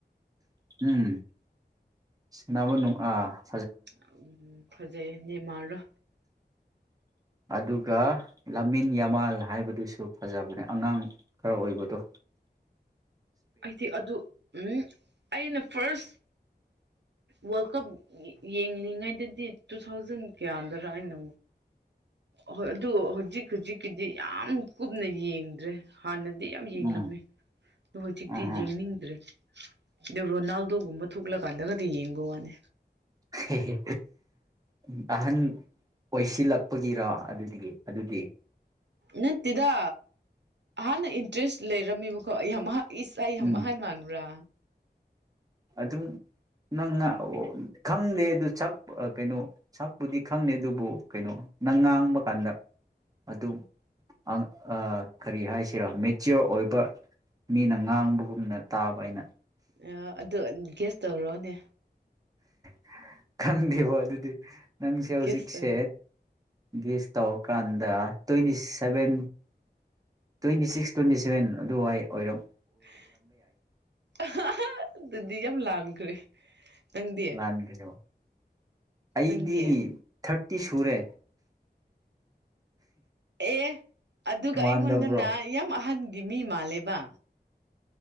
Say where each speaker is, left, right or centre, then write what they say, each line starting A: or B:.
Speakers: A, on the right; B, on the right.
A: ꯎꯝ ꯁꯅꯕ ꯅꯨꯡ ꯑꯥꯥ __
B: ꯑꯥꯎ ꯐꯖꯩꯌꯦ ꯅꯦꯟꯃꯥꯔ ꯗꯣ꯫
A: ꯑꯗꯨꯒ ꯂꯥꯃꯤꯟ ꯌꯥꯃꯜ ꯍꯥꯏꯕꯗꯨꯁꯨ ꯐꯖꯕꯅꯦ ꯑꯉꯥꯡ ꯈꯔ ꯑꯣꯏꯕꯗꯨ꯫
B: ꯑꯩꯗꯤ ꯑꯗꯨ ꯎꯏꯞ ꯑꯩꯅ ꯐꯥꯔ꯭ꯁꯠ ꯋꯥꯜ ꯀꯞ ꯌꯦꯡꯂꯤꯉꯩꯗꯗꯤ ꯇꯨ ꯊꯥꯎꯖꯦꯟ ꯀꯌꯥꯗ ꯔꯥ ꯑꯩꯅ ꯍꯣꯏ ꯑꯗꯨ ꯍꯧꯖꯤꯛ ꯍꯧꯖꯤꯛꯀꯤꯗꯤ ꯌꯥꯝ ꯀꯨꯞꯅ ꯌꯦꯡ__ ꯔ꯭ꯦ ꯍꯥꯟꯅꯗꯤ ꯌꯥꯝ ꯌꯦꯡꯂꯝꯃꯦ
A: ꯎꯝ
B: ꯗꯣ ꯍꯣꯖꯤꯛꯇꯤ
A: ꯑꯍ
B: ꯌꯦꯡꯅꯤꯡꯗ꯭ꯔꯦ꯫ ꯗ ꯔꯣꯅꯥꯜꯗꯣ ꯒꯨꯝꯕ ꯊꯣꯛꯂ ꯀꯥꯟꯗꯒ__ ꯑꯦ ꯌꯦꯡꯕ ꯋꯥꯅꯦ
A: ꯑꯍꯦꯍꯦ ꯏꯝ ꯑꯍꯥꯟ ꯑꯣꯏꯁꯤꯜꯂꯛꯄ ꯒꯤꯔꯥ ꯑꯗꯨꯗꯒꯤ ꯑꯗꯨꯗꯤ
B: ꯅꯠꯇꯦꯗ ꯑꯍꯥꯟꯅ ꯏꯟꯇꯔ꯭ꯦꯁ ꯂꯩꯔꯝꯃꯤꯕꯀꯣ ꯌꯥꯝ ꯑꯍꯥ ꯏꯁ ꯑꯩ ꯌꯥꯝ
A: ꯎꯝ
B: ꯑꯍꯥꯟ ꯃꯟꯕ꯭ꯔꯥ꯫
A: ꯑꯗꯨꯝ ꯅꯪ ꯉꯥ ꯑꯣ ꯈꯪꯗꯦ ꯑꯗꯨ ꯁꯞ ꯀꯩꯅꯣ ꯁꯛꯄꯨꯗꯤ ꯈꯪꯗꯦ ꯑꯗꯨꯕꯨ ꯀꯩꯅꯣ ꯅꯪ ꯉꯥꯡꯕ ꯀꯥꯟꯗ ꯑꯗꯨꯝ ꯑꯡ ꯑꯥ ꯀꯔꯤ ꯍꯥꯏꯁꯤꯔ ꯃꯦꯆꯤꯌꯣꯔ ꯑꯣꯏꯕ ꯃꯤꯅ ꯉꯥꯡꯕꯒꯨꯝꯅ ꯇꯥꯕ ꯑꯩꯅ
B: ꯑꯦꯌ ꯑꯗ__ ꯑꯥ ꯒꯤꯁ ꯇꯧꯔꯣꯅꯦ
A: ꯍꯥ ꯈꯪꯗꯦꯕꯣ ꯑꯗꯨꯗꯤ ꯅꯪꯁꯦ ꯍꯧꯖꯤꯛꯁꯦꯠ
B: ꯒꯦꯁ ꯇꯧꯔꯣ
A: ꯒꯦꯁ ꯇꯥꯎ__ and twenty seven twenty six twenty seven ꯑꯗꯨꯋꯥꯏ ꯑꯣꯏꯔꯣ__
B: ꯍꯤ ꯑꯍꯥꯍꯥ ꯗꯨꯗꯤ ꯌꯥꯝ ꯂꯥꯟꯈꯔꯦ ꯅꯪꯗꯤ
A: ꯂꯥꯟꯒꯅꯦꯕ ꯑꯩꯗꯤ
B: ꯅꯪꯗꯤ
A: ꯊꯛ__ ꯏ ꯁꯨꯔꯦ
B: ꯑꯦ ꯑꯗꯨꯒ
A: ꯃꯥꯟꯗꯕ꯭ꯔꯣ
B: ꯑꯩꯉꯣꯟꯗꯅ ꯌꯥꯝ ꯑꯍꯟ ꯒꯤꯃꯤ ꯃꯥꯜꯦꯕ